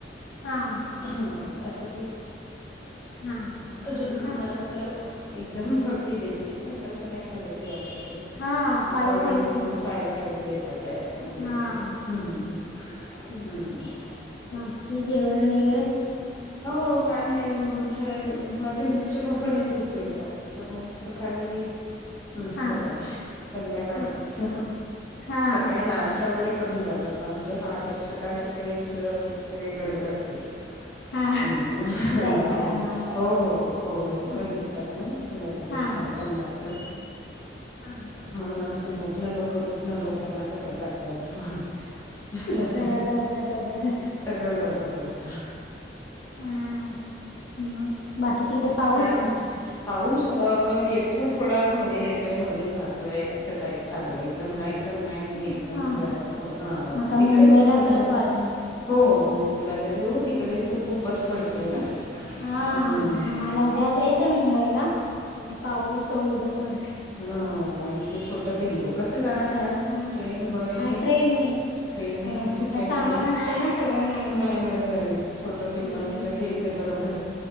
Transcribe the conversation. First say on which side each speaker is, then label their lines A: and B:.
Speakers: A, on the left; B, on the left.
A: हाहा.
B: हम्म. असं ते
A: हा
B: अजून
A: का
B: मला वाटलं एकदम थर्टी देतील पण तसं नाही करत वाटतं ते.
A: हा फाईव्ह
B: एकॉर्डिंग
A: फाईव्ह
B: टू
A: ठेवले.
B: फाइल फाईव्ह देतात. त्या, असं म्हणजे
A: हा
B: कसं म असं. हम्म,
A: तेच
B: हम्म.
A: की हम बाकी जेवण वगैरे,
B: हो. काय नाही म्हणून हे माझे मिस्टर कंपनीतच जेवतात तर मग सकाळी नसतं
A: हा
B: काय संध्याकाळचच,
A: हा हा
B: सकाळी नाश नाष्टा, वगैरे करून जातात आमच्यात पहाटे सकाळ सकाळीच सगळी गडबड असत्या.
A: हा
B: हम्
A: जायचं
B: हो
A: टायमाला
B: हो हो लवकर
A: हा
B: निघतात ना लव कर
A: हा
B: उठायला पण लागतं.
A: हा.
B: म्हणून आमचं झोपणं लवकर, उठणं लवकर असा प्रकार चालतो. हं
A: सगळं
B: ह.
A: लवकर लवकरच
B: सगळं लवकर लवक
A: हा मग बाकी तिकडे पाऊस
B: काय पाऊस येतोय थोडा मध्ये येतोय, मध्ये जातोय. असं, टाईप चालू आहे. एकदम नाही. पण नाही.
A: हा
B: एकदम जरास हा
A: आता मुंबईला
B: तिकडे फक्त माझ्या
A: परत वाढलं
B: हो. मुंबईला तर हो, तिकडे तर खूपच पडतोय ना.
A: हा,
B: हम्म.
A: मला उद्या जायचं आहे. मुंबईला आणि पाऊस एवढं पडतं.
B: हा आणि ते छोट पिल्लू. कसं? जाणार आहात,
A: हा
B: ट्रेन, बसने?
A: हा ट्रेननीच
B: ट्रेनने
A: कारण
B: मग ठीक
A: आता
B: आहे.
A: सामान
B: म्हणजे
A: असतं ना सगळं न्यायचं
B: नाही बरोबर आहे. छोट पिल्लू
A: आणि
B: असलं की ते बरोबर